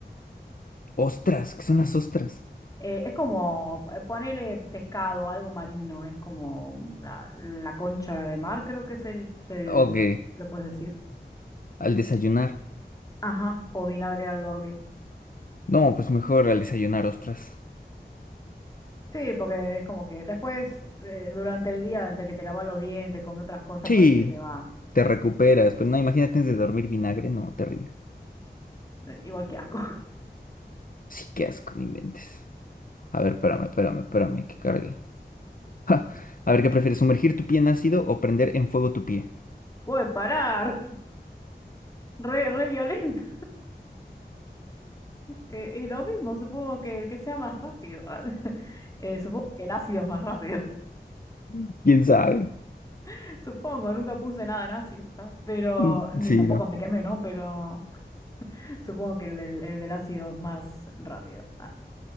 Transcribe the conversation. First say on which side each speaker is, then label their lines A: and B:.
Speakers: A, on the left (about 50°); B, on the left (about 20°).
A: Ostras, ¿qué son las ostras?
B: Eh, es como eh, ponerle pescado, algo marino, es como la, la concha de mar, creo que es el, el-
A: Ok,
B: lo puedes decir.
A: al desayunar.
B: Ajá, o vinagre al dormir.
A: No, pues mejor al desayunar ostras.
B: Sí, porque es como que después, eh, durante el día, entre que te lavas los dientes, comes otras cosas,
A: Sí,
B: por ahí se te va.
A: te recuperas, pero no, imagínate antes de dormir vinagre, no, terrible.
B: Eh, Igual que asco.
A: Sí, qué asco, no inventes. A ver, espérame, espérame, espérame, que cargue. <laughs> Ja, A ver, ¿qué prefieres, sumergir tu pie en ácido o prender en fuego tu pie?
B: <laughs> Puedes parar, <laughs> re, re violento. Eh, y lo mismo, supongo que el que sea más rápido. <laughs> ah, eh, supongo que el ácido es más rápido.
A: <laughs> ¿Quién sabe?
B: <laughs> Supongo, nunca puse nada en ácido. ah, Pero,
A: Mm,
B: ni
A: Sí,
B: tampoco
A: no.
B: me quemé, ¿no? Pero <laughs> supongo que el del, el del ácido es más rápido. ah.